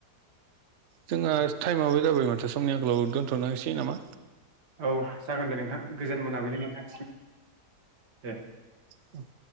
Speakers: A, on the right; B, on the right.
A: जोंहा टाइमाबो जाबाय माथो समनि आंगोलाव दोन्थ'नोसै नामा?
B: औ जागोन दे नोंथां गोजोन मोनाबिलि नोंथांसिम दे।
A: औ